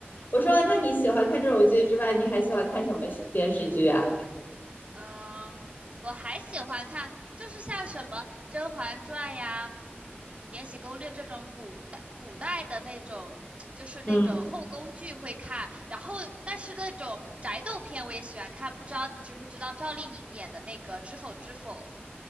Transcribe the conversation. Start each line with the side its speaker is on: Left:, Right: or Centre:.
Left: 我说，那你喜欢看这种剧之外，你还喜欢看什么电视剧啊？
Right: 嗯，我还喜欢看，就是像什么《甄嬛传》呀，嗯，《延禧攻略》这种古代古代的那种，就是那种后宫剧会看，
Left: 嗯
Right: 然后但是那种宅斗片我也喜欢看，不知道你知不知道赵丽颖演的那个《知否知否》。